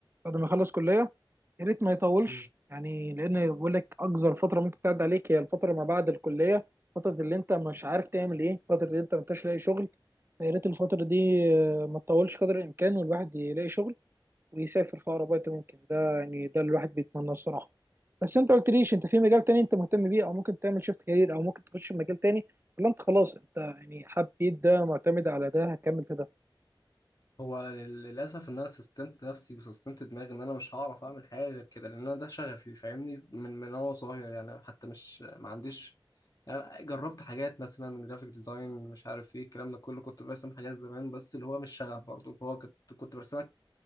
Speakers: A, on the right; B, on the left.
A: بعد ما يخلص كليه يا ريت ما يطولش
B: مم.
A: يعني لان بقول لك اقصر فتره ممكن تعدي عليك هي الفتره ما بعد الكليه فتره اللي انت مش عارف تعمل ايه فتره اللي انت ما انتش لاقي شغل فيا ريت الفتره دي آه، ما تطولش قدر الامكان والواحد يلاقي شغل ويسافر في اقرب وقت ممكن ده يعني ده اللي الواحد بيتمناه الصراحه بس انت قلت ليش انت في مجال تاني انت مهتم بيه او ممكن تعمل شيفت كارير او ممكن تخش في مجال تاني ولا انت خلاص انت يعني حبيت ده معتمد على ده هكمل في ده
B: هو لل- للأسف إن أنا سستمت نفسي وسستمت دماغي إن أنا مش هعرف أعمل حاجة غير كده لأن أنا ده شغفي فاهمني من من وأنا صغير يعني حتى مش ما عنديش يعني جربت حاجات مثلا جرافيك ديزاين مش عارف ايه الكلام ده كله كنت برسم حاجات زمان بس اللي هو مش شغف برضه هو كنت كنت برسمها